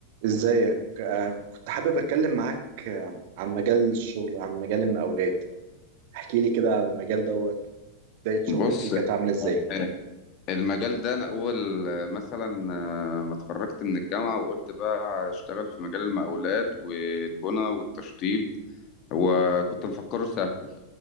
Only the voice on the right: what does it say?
ازيك آه، كنت حابب اتكلم معاك آه، عن مجال الشغل عن مجال المقاولات احكي لي كده على المجال دوت بداية شغلك
فيه كانت عاملة ازاي